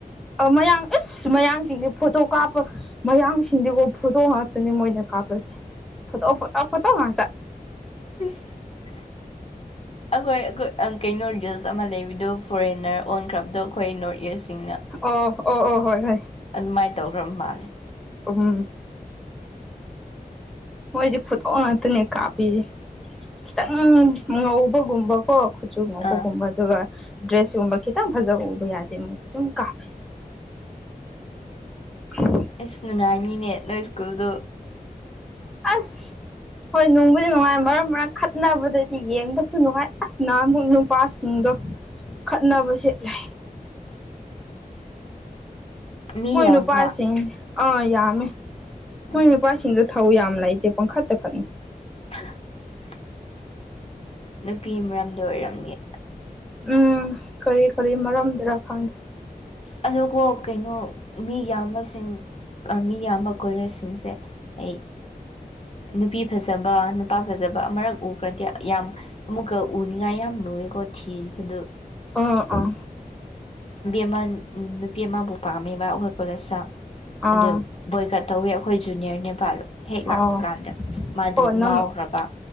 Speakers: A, in the centre; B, on the left.
A: ꯃꯌꯥꯡ ꯑꯁ ꯃꯌꯥꯡꯁꯤꯡꯗꯤ ꯐꯣꯇꯣ ꯀꯥꯞꯄ ꯃꯌꯥꯡꯁꯤꯡꯗꯤꯀꯣ ꯐꯣꯇꯣ ꯉꯥꯛꯇꯅꯤ ꯃꯣꯏꯅ ꯀꯥꯞꯇꯣꯏꯅꯤ ꯐ ꯐꯠꯇ ꯐꯠꯇꯣ ꯉꯇ
B: <unintelligible> ꯑꯩꯈꯣꯏ ꯀꯩꯅꯣ ꯔꯤꯜꯁ ꯑꯃ ꯂꯩꯕꯗꯣ ꯐꯣꯔꯦꯟꯅꯔ ꯑꯣꯟꯈ꯭ꯔꯕ ꯑꯗꯣ ꯑꯩꯈꯣꯏ ꯅꯣꯔꯠ ꯏꯁꯁꯤꯡꯅ
A: ꯑꯣ ꯑꯣ ꯑꯣ ꯍꯣꯏ ꯍꯣꯏ
B: ꯑꯗꯨꯃꯥꯏꯅ ꯇꯧꯈ꯭ꯔꯕ ꯃꯥꯜꯂꯦ
A: ꯎꯨꯝ ꯃꯣꯏꯗꯤ ꯐꯨꯠꯇꯣꯛ ꯉꯥꯛꯇꯅꯦ ꯀꯥꯞꯄꯤꯁꯦ ꯈꯤꯇꯪ ꯉꯧꯕꯒꯨꯝꯕꯀꯣ ꯈꯨꯠꯁꯨꯨ ꯉꯄꯒꯨꯝꯕ
B: ꯑꯥ
A: ꯑꯗꯨꯒ ꯗ꯭ꯔꯦꯁꯒꯨꯝꯕ ꯈꯤꯇꯪ ꯐꯖꯕ ꯎꯕ ꯌꯥꯗꯦ ꯃꯣꯏꯗꯤ ꯑꯗꯨꯝ ꯀꯥꯞꯄꯦ <unintelligible> <unintelligible>
B: ꯑꯁ ꯅꯨꯡꯉꯥꯏꯅꯤꯅꯦ ꯅꯣꯏ ꯁ꯭ꯀꯨꯜꯗꯣ
A: ꯑꯁ ꯍꯣꯏ ꯅꯨꯡꯕꯨꯗꯤ ꯅꯨꯡꯉꯥꯏ ꯃꯔꯝ ꯃꯔꯥꯡ ꯈꯠꯅꯕꯗꯗꯤ ꯌꯦꯡꯕꯁꯨ ꯅꯨꯡꯉꯥꯏ ꯑꯁꯅ ꯑꯃꯨꯛ ꯅꯨꯄꯥꯁꯤꯡꯗ ꯈꯠꯅꯕꯁꯦ ꯂꯩ
B: ꯃꯤ
A: ꯃꯣꯏꯅ
B: ꯌꯥꯝꯕ꯭ꯔꯥ
A: ꯄꯁꯤꯗ ꯑ ꯌꯥꯃꯦ
B: ꯎꯝ
A: ꯃꯣꯏꯅ ꯄꯁꯤꯗ ꯊꯧ ꯌꯥꯝ ꯂꯩꯇꯦ ꯄꯥꯡꯈ ꯇꯈꯛꯅꯤ
B: <unintelligible> ꯅꯨꯄꯤ ꯃꯔꯝꯗ ꯑꯣꯏꯔꯝꯅꯤꯦ
A: ꯎꯝ ꯀꯔꯤ ꯀꯔꯤ ꯃꯔꯝꯗꯨꯔ ꯈꯪꯗꯦ
B: ꯑꯗꯨ ꯀꯩꯅꯣ ꯃꯤ ꯌꯥꯝꯕꯁꯤꯡ ꯃꯤ ꯌꯥꯝꯕ ꯀꯣꯂꯦꯖꯁꯤꯡꯁꯦ ꯑꯩ ꯅꯨꯄꯤ ꯐꯖꯕ ꯅꯨꯄꯥ ꯐꯖꯕ ꯑꯃꯛ ꯎꯈ꯭ꯔꯗꯤ ꯌꯥꯝ ꯑꯃꯨꯛꯀ ꯎꯅꯤꯡꯉꯥꯏ ꯌꯥꯝ ꯂꯨꯑꯦꯀꯣ ꯊꯤꯕꯗꯣ
A: ꯑꯥ ꯑꯥ
B: ꯑꯃ ꯅꯨꯄꯤ ꯑꯃꯕꯨ ꯄꯥꯝꯃꯦꯕ ꯑꯩꯈꯣꯏ ꯀꯣꯂꯦꯖꯇ
A: ꯑꯥ
B: ꯑꯗꯨ ꯕꯣꯏꯀꯠ ꯇꯧꯋꯤ ꯑꯩꯈꯣꯏ ꯖꯨꯅꯤꯌꯔ ꯅꯦꯄꯥꯜ ꯍꯦꯛ
A: ꯑꯥ
B: ꯂꯥꯛꯄ ꯀꯥꯟꯗ ꯃꯥꯗꯨ
A: ꯑꯣ ꯅꯝ
B: ꯉꯥꯎꯈ꯭ꯔꯕ